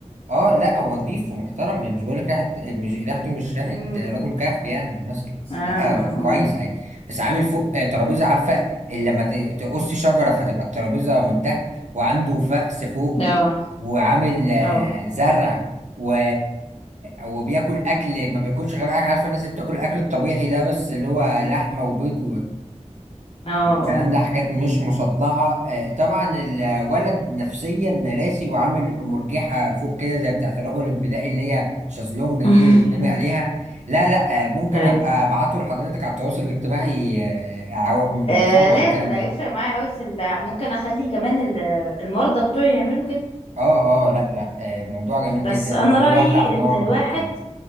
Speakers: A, on the right (about 75°); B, on the left (about 50°).
A: اه لا هو نضيف ومحترم يعني مش بقول لك ريحه مش ريحته مش ريحه
B: امم
A: رجل كهف يعني مثلا
B: اه
A: لا هو
B: اه
A: كويس عادي بس عامل فوق آه، ترابيزه عارفه اللي لما ت- تقص شجره فتبقى الترابيزه من تحت وعنده فأس فوق
B: اه
A: وعامل آه،
B: اه آه.
A: زرع و... وبياكل اكل ما بياكلش غير اكل عارفه الناس اللي بتاكل الاكل الطبيعي ده بس اللي هو لحمه وبيض
B: اه
A: الكلام
B: اه
A: ده حاجات مش
B: اه اه
A: مصدعة آه، طبعا الولد نفسيا راسي وعامل مرجحة فوق كده زي بتاعت الرجل البدائي اللي هي شازلونج
B: آه.
A: دي اللي بتنامي عليها
B: <laughs>
A: لا لا آه، ممكن
B: هاي
A: ابقى ابعته لحضرتك على التواصل الاجتماعي آه، آه، هو بيصور
B: آه لازم
A: الكلام
B: ده
A: ده
B: هيفرق معايا قوي في ال- ممكن اخلي كمان ال- المرضى بتوعي يعملوا كده
A: اه اه لا لا آه، موضوع جميل
B: بس
A: جدا
B: انا
A: وبيولع
B: رايي
A: نار
B: ان الواحد
A: وبتاع